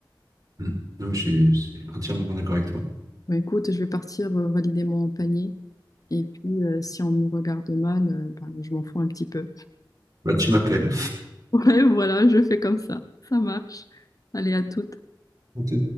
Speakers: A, on the right; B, on the left.
A: Mm. Non, mais je suis je suis entièrement d'accord avec toi.
B: Bah, écoute, je vais partir euh, valider mon panier. Et puis, euh, si on me regarde mal, euh, bah, je m'en fous un petit peu. <laughs>
A: Bah, tu m'appelles.
B: Ouais, voilà, je fais comme ça. Ça marche. Allez, à toutes.
A: On te